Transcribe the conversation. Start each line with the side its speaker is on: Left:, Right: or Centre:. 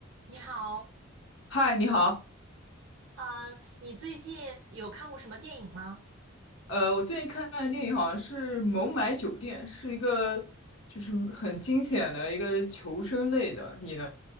Right: 你好，
Left: 嗨，你好。
Right: 嗯，你最近有看过什么电影吗？
Left: 呃，我最近看的电影好像是《孟买酒店》，是一个就是很惊险的一个求生类的。你呢？